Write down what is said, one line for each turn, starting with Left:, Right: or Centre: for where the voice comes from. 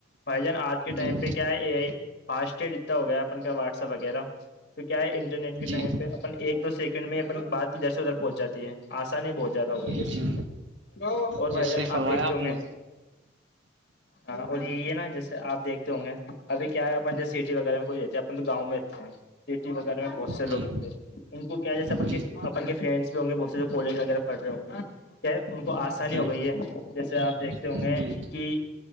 Left: بھائی جان آج کے
Right: جی
Left: ٹائم پہ کیا ہے یہ فاسٹٹیگ اتنا ہو گیا اپن کا واٹسپ وغیرہ تو کیا ہے انٹرنیٹ کے
Right: جی
Left: ٹائم پہ اپن ایک دو سیکنڈ میں اپ بات ادھر سے ادھر پہنچ جاتی ہے آسانی بہت زیادہ ہوگئی
Right: جی
Left: اس چیز میں اور بھائی
Right: جی صحیح
Left: جان
Right: فرمایا
Left: آپ دیکھتے ہوں
Right: نے
Left: گے <unintelligible> ہاں اور یہی ہے نا جیس آپ دیکتے ہوں گے ابھی کیا ہے اپن جی سٹی وغیرہ میں کوئی رہتا ہے اپن تو گاؤں میں رہتے ہیں سٹی وغیرہ میں بہت سے
Right: جی
Left: لوگ رہتے ہیں ان کو کیا جیسے اپن
Right: جی
Left: اپن کے فرینڈس بھی ہوں گے بہت سے کالج وغیرہ پڑ رہے ہوں گے کیا ان کو آسانی
Right: جی
Left: ہو گئی ہے جیسے آپ دیکھتے ہوں
Right: جی
Left: گے کہ